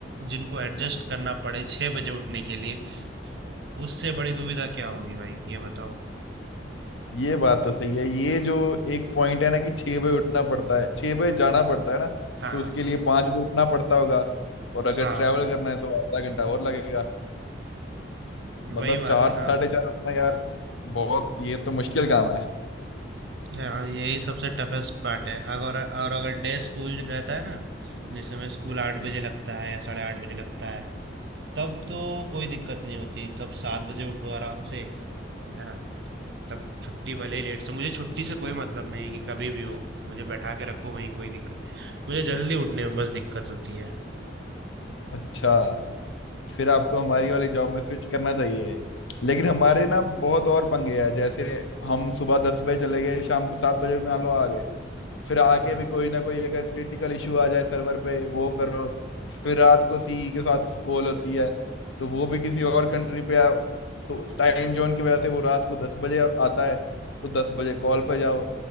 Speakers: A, on the right; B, on the left.
A: जिनको एडजस्ट करना पड़े छह बजे उठने के लिए उससे बड़ी दुविधा क्या होगी भाई ये बताओ
B: ये बात तो सही है ये जो एक पॉइंट है ना कि छह बजे उठना पड़ता है छह बजे जाना पड़ता है ना
A: हाँ
B: तो उसके लिए पांच बजे उठना पड़ता होगा और अगर
A: हाँ
B: ट्रैवल
A: हाँ
B: करना है तो आधा घंटा और लगेगा
A: वही
B: मतलब
A: बात
B: चार
A: है ना
B: साढ़े चार उठना यार बहुत ये तो मुश्किल काम है
A: हाँ यही सबसे टफेस्ट पार्ट है अगर और अगर डे स्कूल रहता है ना जैसे मैं स्कूल आठ बजे लगता है या साढ़े आठ बजे लगता है तब तो कोई दिक्कत नहीं होती तब सात बजे उठो आराम से है ना तब छुट्टी भले ही लेट से मुझे छुट्टी से कोई मतलब नहीं है कि कभी भी हो मुझे बैठा के रखो वहीं कोई दिक्कत मुझे जल्दी उठने में बस दिक्कत होती है
B: अच्छा फिर आपको हमारी वाली जॉब में स्विच करना चाहिए लेकिन हमारे ना बहुत और पंगे हैं जैसे हम सुबह दस बजे चले गए शाम को सात बजे मान लो आ गए फिर आके
A: हाँ
B: भी कोई ना कोई अगर क्रिटिकल इशू आ जाए सर्वर पे वो करो फिर रात को सीई के साथ कॉल होती है तो वो भी किसी और
A: हम्म,
B: कंट्री पे आ तो टाइम जोन की वजह से वो रात को दस बजे आता है तो दस बजे कॉल
A: हम्म।
B: पे जाओ